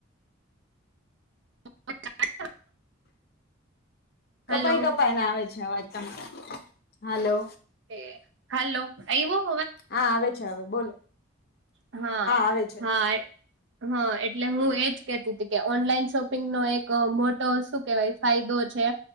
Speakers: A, on the right; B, on the left.
A: બ
B: કપાઈ
A: હેલો
B: કપાઈને આવે છે, અવાજ ત હાલો
A: હ હાલો અયુ
B: હા, આવે છે, હ બોલો
A: હા,
B: આવે છે
A: હા, હા એટલે હુ એજ, કેતી કે ઓનલાઈન શોપિગ નો એક મોટો શું કેવાય ફાયદો છે,